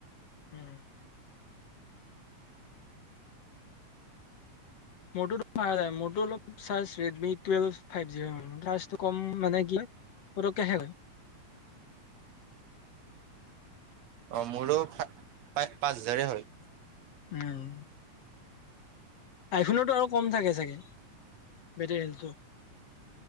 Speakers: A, on the left; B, on the right.
A: উম মোৰটোতো ভাল হয় মোৰটো অলপ ৰেড মি টো ফাইব জি হয় চাৰ্জেটো কম মানে কি হয় পতকে শেষ হয়।
B: অঁ মোৰো পা পাঁচ হেজাৰে হয়।
A: উম আইফনতো আৰু কম থাকে চাগে মেটেৰীয়েলটো